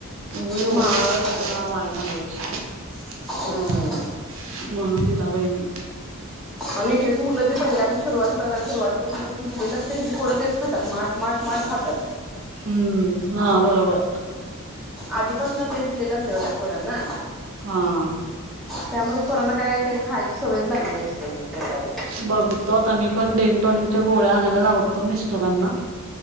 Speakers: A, on the right; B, in the centre.
A: उगाच एवढा
B: महाग
A: पैसे
B: असतोय
A: देऊन वाया घालवायचे.
B: हम्म
A: म्हणून दिला बाई मी
B: आणि इथेच मुलं ते पहिल्यापासून सुरवात सुरुवातीपासून दिलेलं असतेत तेच खातात मा माट, माट खातात.
A: हम्म हा बरोबर
B: आधीपासन तेच दिलेलं असतय, ओ त्या पोरांना
A: हा आ.
B: त्यामुळे पोरांना काय ते खायची सवयच लागलेली असतिया की एक प्रकारे?
A: बघतो आता मी पण डेंटॉनिकच्या गोळ्या आणायला लावतो मिस्टरांना